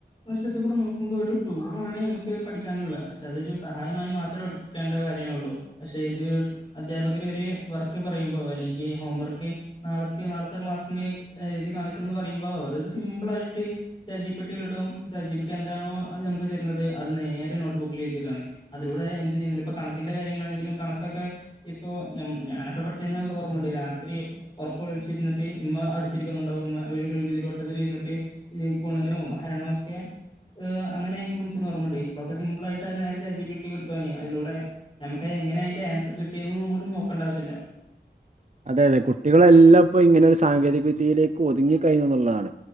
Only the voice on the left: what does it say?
വഷത്ത് കൂടെ നോക്കുമ്പോ ഒരു ടൂളാണ് നമുക്ക് പഠിക്കാനുള്ളത് പക്ഷെ അതൊരു സഹായമായി മാത്രം. എടുക്കേണ്ട കാര്യാഒള്ളൂ പക്ഷേ ഇത് അധ്യാപകർ ഒരു വർക്ക് പറയുമ്പോ അല്ലെങ്കിൽ ഹോം വർക്ക്. നാളക്ക് നാളത്തെ ക്ലാസ്സിന് എഴ്തി കാണിക്കണംന്ന് പറയുമ്പോ അവരത് സിമ്പിളായ്ട്ട്. ചാ റ്റ് ജി പ്പി ട്ടി ലിടും ചാറ്റ് ജി പ്പി ട്ടി എന്താണോഅത് നമുക്ക് തര്ന്നത് അത് നേരെ നോട്ട് ബുക്കിലെഴ്തിടാണ്. അതിലൂടെ എന്ത് ചെയ്യുന്നില്ല ഇപ്പം കണക്കിന്റെ കാര്യങ്ങളാണെങ്കിലും കണക്കൊക്കെ. ഇപ്പൊ ഞ ഞാനൊക്കെ പഠിച്ചന്ന് ഓർമ്മണ്ട് രാത്രി. ഒർക്കൊയ്ചിര്ന്ട്ട് ഇമ്മ അട്ത്തിര്ക്കുന്നുണ്ടാവും ഇമ്മ ഒരു മെഴുകുതിരി വ ട്ടത്തിൽ ഇര്ന്ട്ട് ഗുണനും ഹരണുംഒക്കെ. ഏഹ് അങ്ങനെച്ച് ഓർമ്മണ്ട് ഇപ്പളൊക്കെ സിമ്പിളായിട്ടത് നേരെ ചാറ്റ് ചി പി ട്ടിക്കൊട്താമതി അതിലൂടെ. നമുക്ക് എങ്ങനെ അയ്ന്റെ ആൻസർ കിട്ടിയതൂന് കൂടി നോക്കണ്ട ആവശ്യല്ല്യ.